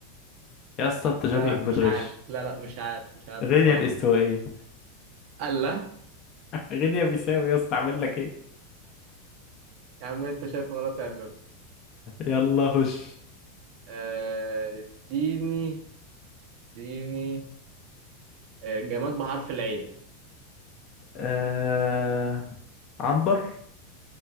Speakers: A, on the left (about 40°); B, on the right (about 60°).
A: يا اسطى انت شكلك
B: لا لا
A: بتغش
B: مش عارف لا لا مش عارف مش عارف
A: غينيا
B: بصراحه
A: الاستوائية
B: الله
A: غينيا بيساوي يا اسطى اعمل لك ايه
B: يا عم انت شايف غلط تعمله
A: يلا خش
B: آه اديني اديني آه، جماد بحرف العين
A: آه... عنبر